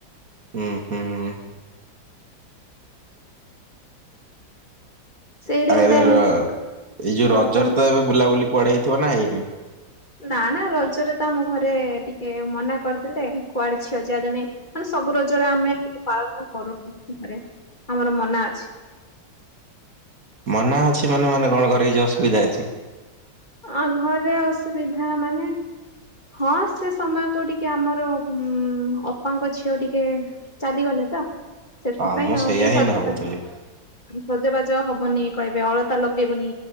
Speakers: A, on the right; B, on the left.
A: ହୁଁ ହୁଁ।
B: ସେଇଠି
A: ଆଉ
B: ଗୋଟେ
A: ଏବେ
B: ଏମିତି
A: ଏଇ ଯୋଉ ରଜରେ
B: ହଁ କୁହନ୍ତୁ।
A: ତ ଏବେ ବୁଲାବୁଲି କୁଆଡେ ହେଇଥିବ ନା ହେଇନି।
B: ନା ନା ରଜରେ ତ ଆମ ଘରେ ଟିକେ ମନା କରିଦେଲେ କୁଆଡେ ଝିଅ ଯାଆନି। ମାନେ ସବୁ ରୋଜରେ ଆମେ ପାଳନ କରୁନୁରେ ଆମର ମନା ଅଛି।
A: ମନା ଅଛି ମାନେ ମାନେ କଣ କରିକିଛି ଅସୁବିଧା ଅଛି।
B: ଆ ଘରେ ଅସୁବିଧା ମାନେ- ହଁ ସେ ସମୟକୁ ଟିକେ ଆମର ଉ ଅପାଙ୍କ ଝିଅ ଟିକେ- ଚାଲିଗଲେ ତ ସେଥିପାଇଁ
A: ହଁ ମୁଁ
B: ଆଉ
A: ସେଇଆ
B: ଟିକେ
A: ହିଁ
B: ସଜ
A: ଭାବୁଥିଲି।
B: ବା - ସଜବାଜ ହବନି କହିବେ ଅଳତା ଲଗେଇବୁନି